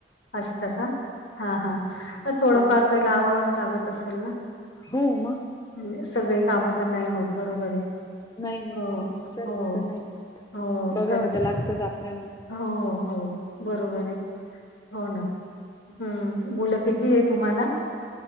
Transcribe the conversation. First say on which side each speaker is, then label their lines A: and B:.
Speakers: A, on the left; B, on the left.
A: असतं का हा हा थोडंफार
B: त्यामुळे
A: तर
B: काय
A: लावावंच लागत असेल ना.
B: हो मग
A: म्हणजे सगळी कामं तर नाही होत बरोबर आहे.
B: नाही नाही
A: हो,
B: सर्व
A: हो,
B: होत नाही होत
A: हो.
B: बघाव
A: खरंच
B: तर लागतच
A: आहे.
B: आपल्याना
A: हो हो बरोबर आहे. हो ना हम् मुलं किती आहे तुम्हाला